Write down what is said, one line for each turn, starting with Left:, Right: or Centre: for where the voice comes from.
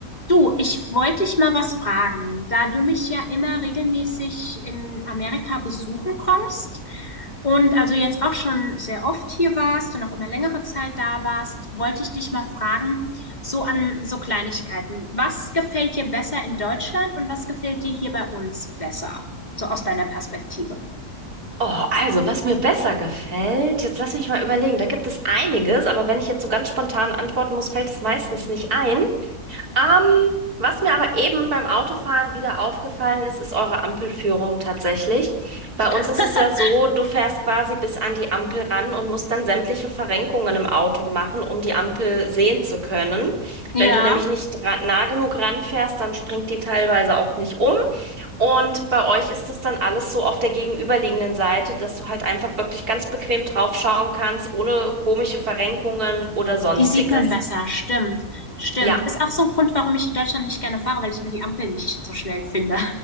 Left: Du, ich wollte dich mal was fragen. Da du mich ja immer regelmäßig in Amerika besuchen kommst und also jetzt auch schon sehr oft hier warst und auch immer längere Zeit da warst, wollte ich dich mal fragen, so an so Kleinigkeiten. Was gefällt dir besser in Deutschland und was gefällt dir hier bei uns besser? So aus deiner Perspektive.
Right: Oh, also, was mir besser gefällt, jetzt lass mich mal überlegen. Da gibt es einiges, aber wenn ich jetzt so ganz spontan antworten muss, fällt es meistens nicht ein. Ähm, was mir aber eben beim Autofahren wieder aufgefallen ist, ist eure Ampelführung tatsächlich. Bei
Left: <laughs>
Right: uns ist es ja so, du fährst quasi bis an die Ampel ran und musst dann sämtliche Verrenkungen im Auto machen, um die Ampel sehen zu können. Wenn
Left: Ja,
Right: du nämlich nicht dra- nah genug ranfährst, dann springt die teilweise auch nicht um. Und bei euch ist das dann alles so auf der gegenüberliegenden Seite, dass du halt einfach wirklich ganz bequem draufschauen kannst, ohne komische Verrenkungen oder sonstiges.
Left: die sieht man besser, stimmt, stimmt.
Right: Ja.
Left: Ist auch so ein Grund, warum ich in Deutschland nicht gerne fahre, weil ich mir die Ampeln nicht so schnell finde.